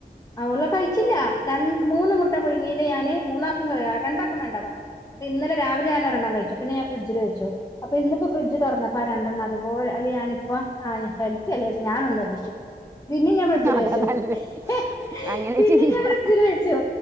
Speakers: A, on the left; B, on the right.
A: അവളെ കയിച്ചില്ല രണ്ട് മൂന്ന് മുട്ട പുഴുങ്ങീല് ഞാന് മൂന്നാക്കും രണ്ടാക്കും വേണ്ട പറഞ്ഞു ഇന്നലെ രാവിലെ ഞാനൊ രെണ്ണം കഴിച്ചു പിന്നെ ഞാൻ ഫിഡ്ജിലു വെച്ചു അപ്പ ഇന്നിപ്പ ഫ്രിഡ്ജ് തുറന്നപ്പം ആ രണ്ടെണ്ണം അതുപോലെ അതു ഞാനിപ്പം ഹെൽത്തി അല്ലേ ചാരിച്ച് ഞാനൊന്ന് കഴിച്ചു പിന്നേം ഞാൻ ഫ്രിഡ്ജില്
B: അതാ
A: വെച്ചു
B: നല്ലേ
A: എഹെ
B: അങ്ങനെ
A: പിന്നേം
B: ചെയ്യാ
A: ഞാൻ ഫ്രിഡ്ജിലു വെച്ചു